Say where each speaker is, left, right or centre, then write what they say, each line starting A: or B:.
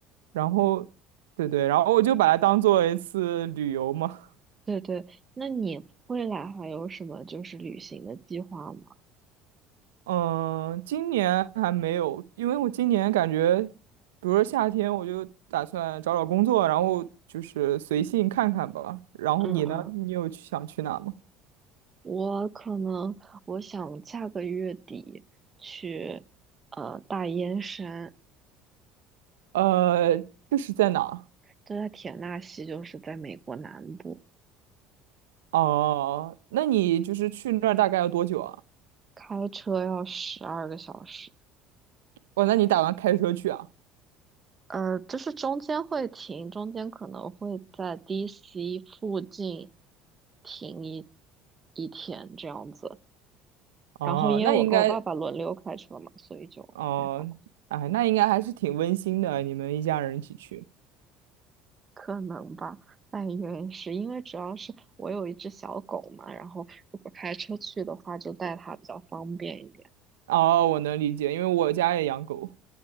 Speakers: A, on the right; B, on the right.
A: 然后对对，然后我就把它当做一次旅游嘛。
B: 对对，那你未来还有什么就是旅行的计划吗？
A: 嗯，今年还没有，因为我今年感觉，比如说夏天，我就打算找找工作，然后就是随性看看吧。然后你呢？
B: 嗯嗯，
A: 你有去想去哪吗？
B: 我可能我想下个月底去呃大烟山，
A: 呃，这是在哪？
B: 就在田纳西，就是在美国南部，
A: 哦，那你就是去那儿大概要多久啊？
B: 开车要十二个小时。
A: 哦，那你打算开车去啊？
B: 呃，就是中间会停，中间可能会在 DC 附近停一一天这样子。
A: 哦，
B: 然后因为我跟我爸爸轮流开车嘛，
A: 那应该，
B: 所以就还好，
A: 哦，哎，那应该还是挺温馨的，你们一家人一起去。
B: 可能吧。但原是因为主要是我有一只小狗嘛，然后如果开车去的话，就带它比较方便一点。
A: 哦，我能理解，因为我家也养狗。